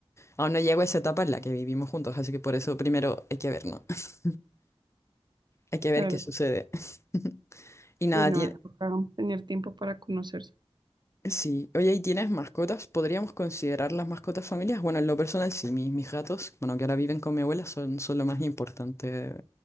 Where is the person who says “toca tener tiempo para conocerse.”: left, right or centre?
Right